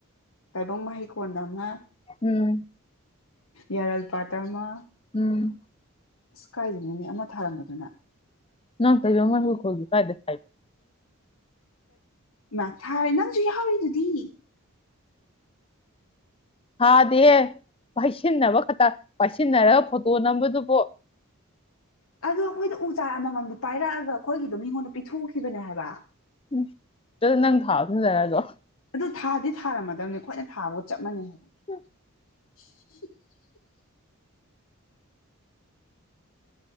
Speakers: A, on the left; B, on the left.
A: ꯇꯥꯏꯕꯪ ꯃꯍꯩꯀꯣꯟꯗ ꯑꯃ
B: ꯎꯝ
A: ꯌꯥꯔꯜꯄꯥꯥꯠꯇ ꯑꯃ
B: ꯎꯝ
A: ꯑꯁ ꯀꯥꯏꯗꯅꯅꯦ ꯑꯃ ꯊꯥꯔꯝꯕꯗꯨꯅ
B: ꯅꯪ ꯇ ꯏꯕ ꯃꯅꯤꯡꯒ ꯍꯣꯤ ꯀꯥꯏꯗꯦ ꯈꯥꯏꯂ
A: ꯃ ꯊꯥ ꯅꯪꯁꯨ ꯌꯥꯍꯥꯎꯋꯤꯗꯨꯗꯤ
B: ꯊꯥꯗꯦ ꯄꯥꯏꯁꯤꯟꯅꯕ ꯈꯛꯇ ꯄꯥꯏꯁꯤꯟꯅꯔꯒ ꯐꯣꯇꯣ ꯅꯝꯕꯗꯨꯕꯨ
A: ꯎ ꯑꯗꯣ ꯑꯩꯈꯣꯏꯗ ꯎ ꯆꯥꯛ ꯑꯃꯃꯝꯗꯤ ꯄꯥꯏꯔꯛꯑꯒ ꯑꯩꯈꯣꯏꯒꯤꯗꯣ ꯃꯤꯉꯣꯟꯗ ꯄꯤꯊꯣꯛꯈꯤꯕꯅꯦ ꯍꯥꯏꯕ
B: ꯎ ꯆ ꯅꯪ ꯊꯥꯕꯟꯅꯔꯒꯣ
A: ꯑꯗꯨ ꯊꯥꯗꯤ ꯊꯥꯔꯝꯃꯗꯕꯅꯤꯈꯣꯏꯅ ꯊꯥꯕꯒ ꯆꯞ ꯃꯥꯟꯩ ꯍꯥꯏ
B: ꯎꯝ
A: <unintelligible>